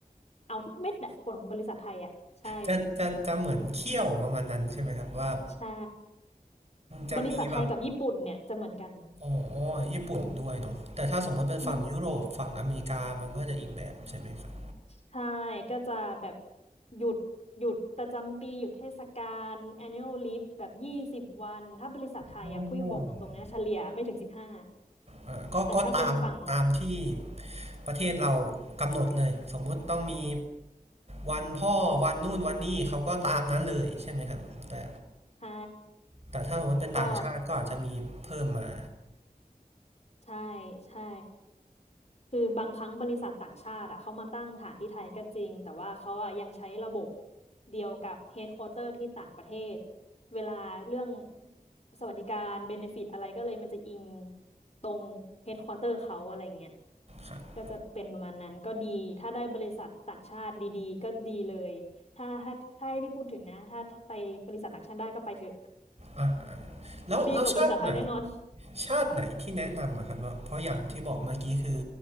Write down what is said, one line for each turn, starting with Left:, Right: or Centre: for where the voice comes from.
Left: เอาทุกเม็ดแหละของบริษัทไทยอ่ะใช่
Right: จะจะจะเหมือนเคี่ยวประมาณนั้นใช่ไหมครับว่า
Left: ใช่
Right: จะมีแบบ
Left: บริษัทไทยกับญี่ปุ่นเนี่ยจะเหมือนกัน
Right: อ๋อญี่ปุ่นด้วยเนาะแต่ถ้าสมมติเป็นฝั่งยุโรปฝั่งอเมริกามันก็จะอีกแบบใช่ไหมครับ
Left: ญี่ปุ่นใช่ก็จะแบบหยุดหยุดประจำปีหยุดเทศกาล annual leave แบบยี่สิบวันถ้าบริษัทไทยอ่ะพูดบอกตรงๆนะเฉลี่ยไม่ถึงสิบห้า
Right: อ๋ออ่าก็ก็ตามตามที่
Left: แต่ถ้าเป็นฝั่ง
Right: ประเทศเรากำหนดเลยสมมติต้องมี วันพ่อวันนู่นวันนี่เขาก็ตามนั้นเลยใช่ไหมครับแต่
Left: ใช่
Right: แต่ถ้าสมมติเป็นต่างชาติก็อาจจะมีเพิ่มมา
Left: ก็ใช่ใช่ คือบางครั้งบริษัทต่างชาติอะเขามาตั้งฐานที่ไทยก็จริงแต่ว่าเขาอะยังใช้ระบบเดียวกับเฮดควอเตอร์ที่ต่างประเทศเวลาเรื่องสวัสดิการเบเนฟิตอะไรก็เลยมันจะอิงตรงเฮดควอเตอร์เขาอะไรเงี้ย
Right: ครับ
Left: ก็จะเป็นประมาณนั้นก็ดีถ้าได้บริษัทต่างชาติดีๆก็ดีเลยถ้าถ้าถ้าให้พี่พูดถึงนะถ้าถ้าไปบริษัทต่างชาติได้ก็ไปเถอะ
Right: อ่าอ่าแล้วแล้วชาติไหน
Left: ดีกว่าบริษัทไทยแน่นอน
Right: ชาติไหนที่แนะนำอะครับว่าเพราะอย่างที่บอกเมื่อกี้คือ